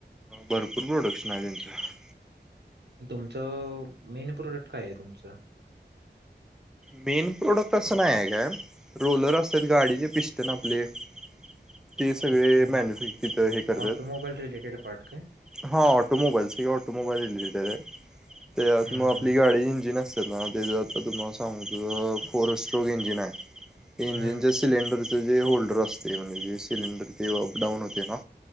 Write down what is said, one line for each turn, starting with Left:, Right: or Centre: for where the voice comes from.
Centre: भरपूर प्रोडक्टसन आहे त्यानंच
Right: तुमचं मेन प्रोडक्ट काय आहे तुमचं.
Centre: मेन प्रोडक्ट असं नाही काय काय रोलर असतात गाडीचे पिस्तन आपले. ते सगळे
Right: ओके
Centre: मॅन्युफॅक्चर हे करतात
Right: ऑटोमोबाईल रिलेटेड पार्ट काय
Centre: हां ऑटोमोबाईल्स हे ऑटोमोबाईल रिलेटेड आहे. ते मग
Right: हम्म
Centre: आपली
Right: हम्म
Centre: गाडी इंजिन असतय ना ते जात्याती माग फोरेस्ट्रो इंजिन आहे इंजिनच्या
Right: हम्म
Centre: सिलेंडर जे होल्डर असते म्हणजे जे सिलेंडर ते अप डाऊन होते ना